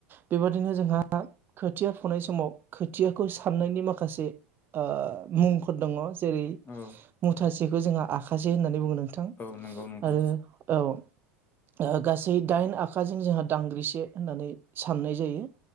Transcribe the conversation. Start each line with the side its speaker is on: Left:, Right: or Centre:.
Right: बेबायादिनो जोंहा खोथिया फुनाय समाव खोथियाखौ साननायनि माखासे ओ मुंफोर दङ जेरै
Left: औ
Right: मुथासेखौ जोंहा आखासे होननानै बुंङो नों थां
Left: औ नंगौ नोंथां
Right: आरो औ। ओ गासै दाइन आखाजों जोंहा दांग्रिसे होननानै साननाय जायो